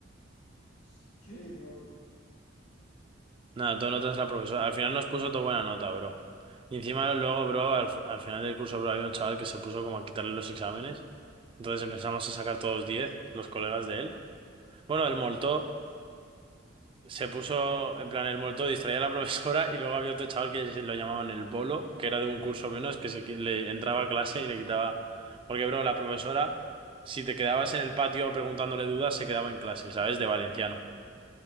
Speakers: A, on the left; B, on the right.
A: <sniffs> Qué god.
B: Nada, tú notas la profesora. Al final nos puso toda buena nota, bro. Y encima luego, bro, al, al final del curso, bro, había un chaval que se puso como a quitarle los exámenes. Entonces empezamos a sacar todos 10 los colegas de él. Bueno, el moltó. Se puso
A: No
B: en
A: sé.
B: plan el muerto, distraía a la profesora y luego había otro chaval que se- lo llamaban el bolo, que era de un curso menos, que se, qui- le entraba a clase y le quitaba... Porque, bro, la profesora, si te quedabas en el patio preguntándole dudas, se quedaba en clase, ¿sabes? De valenciano.